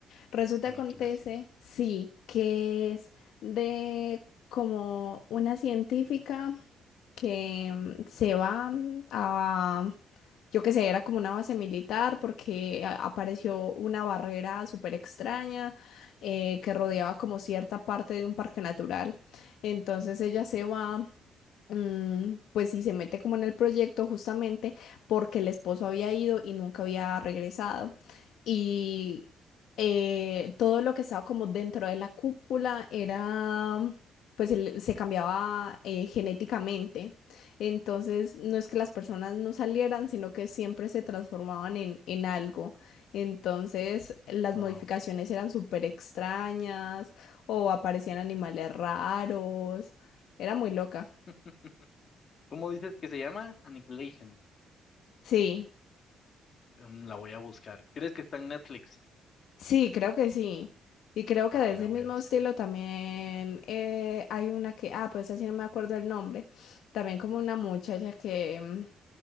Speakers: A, on the left (about 75°); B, on the left (about 50°).
A: Resulta,
B: Aniquilación.
A: acontece, sí, que es de como una científica que mm, se va mm, a, yo qué sé, era como una base militar porque a- apareció una barrera súper extraña eh, que rodeaba como cierta parte de un parque natural. Entonces ella se va mm, pues sí, se mete como en el proyecto justamente porque el esposo había ido y nunca había regresado. Y eh, todo lo que estaba como dentro de la cúpula era, pues el- se cambiaba eh, genéticamente. Entonces, no es que las personas no salieran, sino que siempre se transformaban en, en algo. Entonces, las
B: Wow.
A: modificaciones eran súper extrañas o aparecían animales raros. Era muy loca.
B: <laughs> ¿Cómo dices que se llama? Annihilation.
A: Sí,
B: Mm, La voy a buscar. ¿Crees que está en Netflix?
A: sí, creo que sí. Y creo que
B: Ah,
A: de ese
B: la voy
A: mismo
B: a buscar.
A: estilo también eh, hay una que, ah, pues así no me acuerdo el nombre, también como una muchacha que, mm,